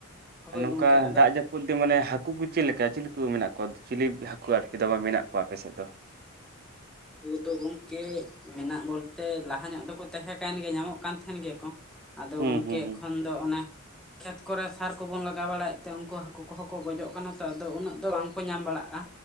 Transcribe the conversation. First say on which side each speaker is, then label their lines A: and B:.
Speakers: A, in the centre; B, on the right (about 45°).
A: ᱦᱳᱭ
B: ᱟᱨ ᱱᱚᱝᱠᱟ
A: ᱜᱚᱝᱠᱮ ᱟᱫᱚ
B: ᱫᱟᱜ ᱡᱟᱹᱯᱩᱫ ᱚᱫᱮ ᱢᱟᱱᱮ ᱦᱟᱹᱠᱩ ᱠᱚ ᱪᱮᱫ ᱞᱮᱠᱟ ᱪᱮᱫ ᱠᱚ ᱢᱮᱱᱟᱜ ᱠᱚᱣᱟ ᱪᱤᱞᱤ ᱦᱟᱹᱠᱩ ᱠᱚ ᱟᱨᱠᱤ ᱫᱚᱢᱮ ᱢᱮᱱᱟᱜ ᱠᱚᱣᱟ ᱟᱯᱮ ᱥᱮᱫ ᱫᱚ?
A: ᱩᱫᱩ ᱫᱚ ᱜᱚᱝᱠᱮ ᱢᱮᱱᱟᱜ ᱵᱚᱞᱛᱮ ᱞᱟᱦᱟ ᱧᱚᱜ ᱫᱚᱠᱚ ᱛᱟᱦᱮᱸ ᱠᱟᱱ ᱜᱮᱭᱟ ᱧᱟᱢᱚᱜ ᱠᱟᱱ ᱛᱟᱦᱮᱱ ᱜᱮᱭᱟ ᱠᱚ᱾ ᱟᱫᱚ
B: ᱦᱩᱸ
A: ᱜᱚᱝᱠᱮ
B: ᱦᱩᱸ ᱦᱩᱸ
A: ᱮᱠᱷᱚᱱ ᱫᱚ ᱚᱱᱟ ᱠᱷᱮᱛ ᱠᱚᱨᱮ ᱥᱟᱨ ᱠᱚᱵᱚᱱ ᱞᱟᱜᱟᱣ ᱵᱟᱲᱟᱭᱮᱫ ᱛᱮ, ᱩᱱᱠᱩ ᱦᱟᱹᱠᱩ ᱠᱚᱦᱚᱸ ᱠᱚ ᱜᱚᱡᱚᱜ ᱠᱟᱱᱟ ᱛᱚ ᱟᱫᱚ ᱩᱱᱟᱹᱜ ᱫᱚ ᱵᱟᱝᱠᱚ ᱧᱟᱢ ᱵᱟᱲᱟᱜᱼᱟ᱾